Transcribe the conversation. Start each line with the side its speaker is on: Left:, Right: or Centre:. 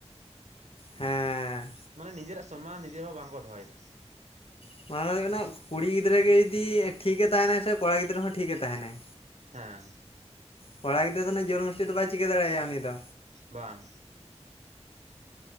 Left: ᱦᱮᱸ
Right: ᱢᱟᱱᱮ ᱱᱤᱡᱮᱨᱟᱜ ᱥᱚᱱᱢᱟᱱ ᱱᱤᱡᱮᱨ ᱦᱚᱸ ᱵᱟᱝᱠᱚ ᱫᱚᱦᱚᱭᱫᱟ᱾
Left: <unintelligible> ᱠᱩᱲᱤ ᱜᱤᱫᱽᱨᱟᱹ ᱜᱮ ᱡᱩᱫᱤ ᱴᱷᱤᱜᱮ ᱛᱟᱦᱮᱱᱟᱭ ᱥᱮ ᱠᱚᱲᱟ ᱜᱤᱫᱽᱨᱟᱹ ᱦᱚᱸ ᱴᱷᱤᱜᱮ ᱛᱟᱦᱮᱱᱟᱭ᱾
Right: ᱦᱮᱸ
Left: ᱠᱚᱲᱟ ᱜᱤᱫᱽᱨᱟᱹ ᱫᱚ ᱱᱟᱦᱟᱜ ᱡᱚᱨ ᱢᱳᱥᱛᱤ ᱫᱚ ᱵᱟᱭ ᱪᱤᱠᱟᱹ ᱫᱟᱲᱮᱭᱟ ᱩᱱᱤ ᱫᱚ᱾
Right: ᱵᱟᱝ᱾